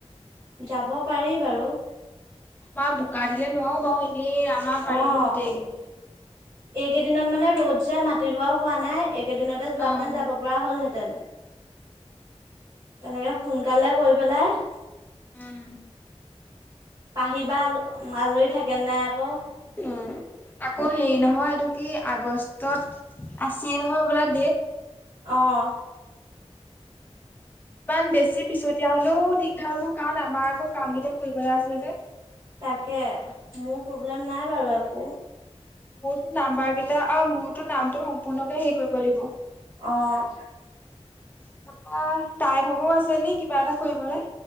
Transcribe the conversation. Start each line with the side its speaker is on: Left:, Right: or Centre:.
Right: যাব পাৰি বাৰু।
Left: আমাৰ বোকা দিলে নোৱাৰো বাৰু, এনেই আমাৰ পাৰিলোহেঁতেন
Right: অ
Left: এইকেইদিন।
Right: এইকেইদিনত মানে ৰ'দ যে মাটি ৰোৱাও হোৱা নাই, এইকেইদিনতে যোৱাহেঁতেন
Left: অ'।
Right: যাব পৰা হ'লহেঁতেন। তেনেকে সোনকালে কৈ পেলাই
Left: উম।
Right: পাহি বা আজৰি থাকে নাই আকৌ!
Left: উম, আকৌ হেৰি নহয় এইটো কি আগষ্টত আছিল নহয় বোলে ডেট?
Right: অ'হ।
Left: ইমান বেছি পিছতীয়া হ'লেও দিগদাৰ হ'ব। কাৰণ, আমাৰ আকৌ কামকেইটা কৰিবলৈ আছে যে।
Right: তাকে মোৰ প্ৰব্লেম নাই বাৰু একো।
Left: মোৰটো নাম্বাৰ কেইটা, আৰু মোৰটো নামটো সম্পূৰ্ণকে হেৰি কৰিব লাগিব।
Right: অ'।
Left: তাৰপৰা তাইৰ ভাগৰো আছে নি কিবা এটা কৰিবলে?